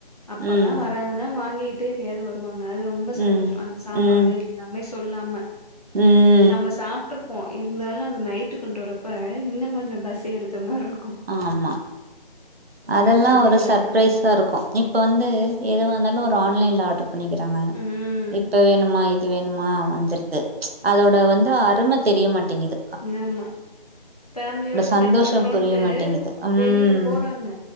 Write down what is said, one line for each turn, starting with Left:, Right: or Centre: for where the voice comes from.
Left: அப்பால்லா
Right: ம்
Left: வராங்கனா வாங்கிட் ட்டு எப்பயாது வருவாங்க அது ரொம்போ சந்தோஷோ
Right: ம்
Left: அந்த சாப்பாடு
Right: ம்
Left: எல்லாமே சொல்லாம
Right: ம்
Left: நம்ம சாப்ட்ருப்போ இருந்தாலு அந்த நைட்டு கொண்டு வரப்ப இன்னு கொஞ்சோ பசி எடுத்த மாரிருக்கு
Right: ஆமா அதெல்லா
Left: உக்காந்து
Right: ஒரு
Left: எல்லா
Right: சர்ப்ரைஸ்
Left: சாப்ட்டு
Right: சா ருக்கு இப்போ வந்து எதுவாந்தாலு ஒரு ஆன்லைன்ல ஆட்ரு பண்ணிக்கிறாங்க
Left: ம்
Right: இப்ப வேணுமா வேணுமா வந்துடுது அதோட வந்து அரும தெரியமாட்டேங்கிது
Left: ஆமா ஃபேம்லியோட ஸ்பெண்
Right: சந்தோஷம்
Left: பண்றோன்ட்டு
Right: புரிய மாட்டேங்குது
Left: டு
Right: ம்
Left: வெளில போறாங்க